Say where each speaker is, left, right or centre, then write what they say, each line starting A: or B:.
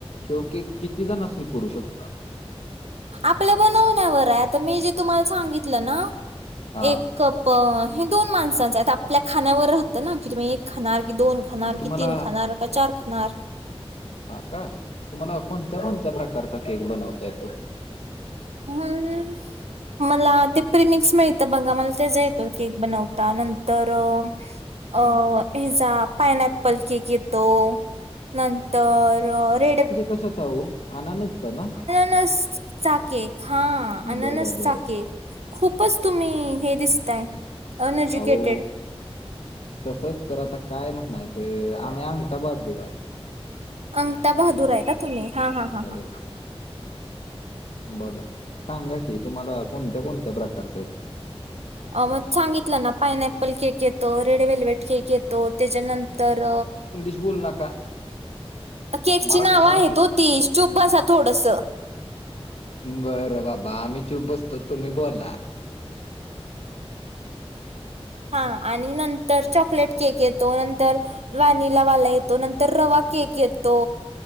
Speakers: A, on the left; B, on the right.
A: शेव की किती जण अस नि पुू शकतो.
B: आपल्या बनवण्यावर आहे आता मी जे तुम्हाला सांगितलं ना
A: हा
B: एक कप प हे दोन माणसांचं आपल्या खाण्यावर राहतं ना की तुम्ही एक खनणार की दोन खनार
A: तुम्हाला
B: कि तीन खनणार का चार खनार.
A: हा का तुम्हाला कोणत्या कोणत्या प्रकारचा केक बनवता येतो.
B: हम्. मला ते प्रिमिक्स मिळत बघा मला तेच येतं केक बनवता नंतर अ
A: हा
B: हचा पाइन पल केक येतो. नंतर रेडे.
A: कसचह आननचत ना.
B: अनस चाके हा
A: बरं
B: अननस
A: बरं
B: चाके. खूपच तुम्ही हे दिसताय. अनएज्युकेटेड
A: आऊ. तसच तर आता काय म्हणायचं आम्ही अंगठा बहादूर आहे.
B: अंकता बहादूर आहे का तुम्ही हा हां हां
A: वगैरे
B: हां.
A: बोला सांगा कि तुम्हाला कोणत्या कोणत्या प्रकारच आहेत.
B: अ मग सांगितलं ना पायन अपल केक येतो रेड वलवेट केक येतो. तो त्याच्यानंतर
A: बोल नका.
B: केकची
A: मराठी
B: नाव
A: मराठी
B: आहेत हो त चुपा थोडस.
A: बरं बाबा आम्ही चूप बसतो तुम्ही बोला.
B: हा आणि नंतर चॉकलेट. केक येतो नंतर व्हॅनिलावाला येतो नंतर रवा केक येतो.